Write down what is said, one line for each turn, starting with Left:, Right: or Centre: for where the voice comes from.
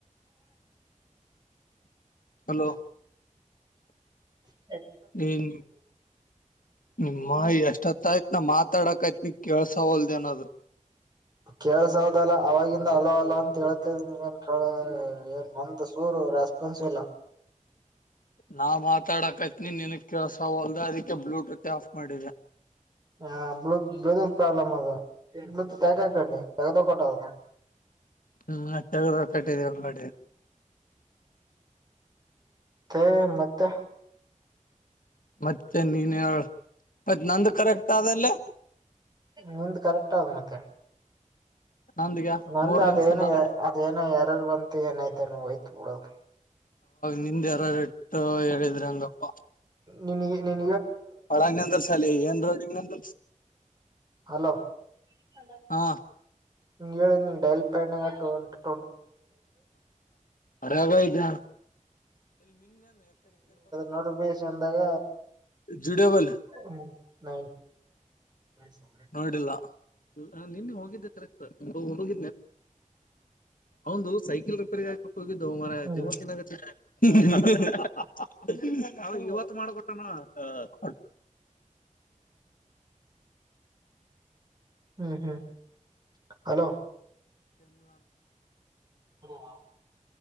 Left: ಹಲೋ
Right: ಎ
Left: ನೀನ್ ನಿಮ್ಮ ಎಷ್ಟತ್ತ ಆಯ್ತ್ ನಾ ಮಾತಾಡಕ್ ಆಯತ್ ನಿ ಕೇಳ್ಸ ಹೊಲ್ದೇಏನಾದ್
Right: ಕೇಳ್ಸೌದಲ್ಲ ಅವವಾಗಿಂದ ಅಲ್ಲೋ ಅಲ್ಲೋ ಅಂತ ಹೇಳ್ತ ಏನ್ ಕ ಏನ್ ಒಂತ ಸೂರು ರೆಸ್ಪಾನ್ಸ್ ಇಲ್ಲ
Left: ನಾ ಮಾತಾಡಕತ್ನಿ ನಿನ ಕಸವಲ್ದ ಅದಕ್ಕೆ ಬ್ಲೂಟೂತ್ ಆಫ್ ಮಾಡಿದೆ
Right: ಹಾಳ ಪ್ರಾಬ್ಲ್ ಅದು ಕಾಯ ಕಾಯ ಕಣ ಎಗದ ಕೋಟ್ಟ
Left: ಹ್ಮ್ ಚ ಕಟ್ಟಿದೆ ಮಾಡ
Right: ಹ್ಮ ಮತ್ತೆ
Left: ಮತ್ತೆ ನೀನ್ ಮತ್ತತ್ ನಂದು ಕರೆಕ್ಟ್ ಆದ್ರ ಇಲ್ಲ
Right: ನಿಂದ ಕರೆಕ್ಟ್ ಆದ ಮತ್ತೆ
Left: ನಂದಗ
Right: ನಂದ
Left: ಮೂರ್ ನಿಮಿಷ
Right: ಅದೇನ
Left: ನಲ್
Right: ಅದ ಏನ ಯಾರಲ್ ಬಂತು ಏನಯ್ತೆ ನೀ ಹಯ್ತ ಬಿಡದು
Left: ನಿಂದೆ ಯರ ರ ಅ ಹೇಳಿದ್ರೆ ಅಂಗಪ್ಪ
Right: ನಿಿನಗೆ
Left: ಒಡಂಗ ಅಂದ್ರ ಸಾಲ ಏನ್ ರೋಡ್ಂದ
Right: ಹಲೋ ಒಂದು
Left: ಹಾ
Right: ಹಂಗ ಹೇಳಿದಿಲ್ಲ ಡೈಲ್ ಪೆಣ್ಣ ಆಟು ಉಂಟು
Left: ರಾಗಯ್ತಾ
Right: ನಡ ಬೇಸ ಅಂದಾಗ
Left: ಜುಡೇಬಲ್
Right: ಹ್ಮ ನ ಸರಿರಿ
Left: ನೋಡಿಲ್ಲ ನಿನ್ನೆ ಹೋಗಿದ್ದೆ ಕರೆಕ್ ಹೋಗ ಹಂದು ಸೈಕಲ್ ರಿಪೇರಿ ಆಗ ಕೊ ದ ಮಾರ
Right: ಹ್ಮ್
Left: ಜವನ್ನ ಹ್ಮ <unintelligible> ಅವಳೀಗ ಇವತ್ತ ಮಾಡಬೇಕಂದಣ. ಹ
Right: ಹ್ಮ್ ಹ್ಮ್ ಹಲೋ ಹ